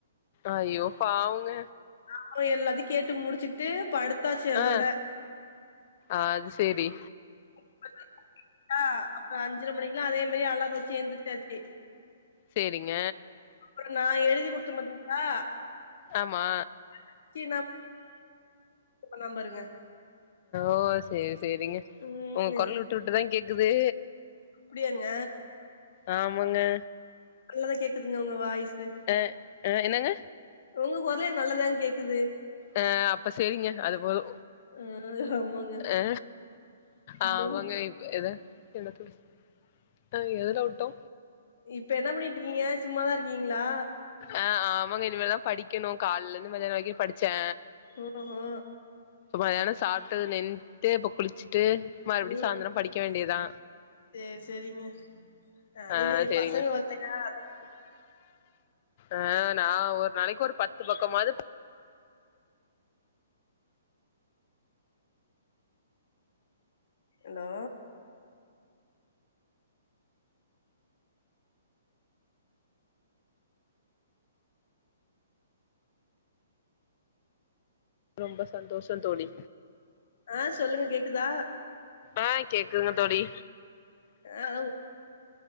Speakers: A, on the left; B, on the left.
A: ஐயோ பாவங்க
B: நா போயி எல்லாத்தையு கேட்டு முடிச்சுட் டு படுத்தாச்சு அதோட
A: ஆ அது சேரி
B: <unintelligible> அப்புறோ அஞ்சர மணிக்குலா அதே மாரி அலாரோ வெச்சு எந்திரச்சாச்சு
A: செரீங்க
B: அப்புறோ நா எழுதி குடுத்த பாத்தீங்கலா
A: ஆமா
B: <unintelligible> பண்ணுவா பாருங்க
A: ஓ செரி செரிங்க
B: ம்
A: உங்க கொரலு விட்டு விட்டுதா கேக்குது
B: அப்புடியாங்க
A: ஆமாங்க
B: நல்லாதா கேக்குதுங்க உங்க வாய்சு
A: அ அ என்னங்க
B: உங்க கொரலே நல்லா தா கேக்குது
A: ஆ அப்ப செரிங்க அது போதோ
B: ம் ஆமாங்க
A: ஆ
B: இப்போ
A: ஆமாங்க இப்ப ஏது எனக்கு அ எதுல விட்டோ
B: இப்ப என்ன பண்ணிட்ருக்கீங்க சும்மாதா இருக்கீங்களா
A: அ ஆமாங்க இனிமேலதா படிக்கணோ கால்ல இர்ந்து மதியானோ வரிக்கோ படிச்சே
B: <unintelligible>
A: மதியானோ சாப்டது நின்டு இப்போ குளிச்சுட்டு மறுபடியு
B: ம்
A: சாய்ந்தரோ படிக்க வேண்டியதா
B: சேரி சேரிங்க நானு
A: அ
B: இன்னு எ
A: செரிங்க
B: <unintelligible>
A: ஆ நா ஒரு நாளைக்கி ஒரு பத்து பக்கமாது
B: ஹலோ
A: ரொம்போ சந்தோஷோ தோழி
B: ஆ சொல்லுங்க கேக்குதா
A: ஆ கேக்குதுங்க தோழி
B: அ உ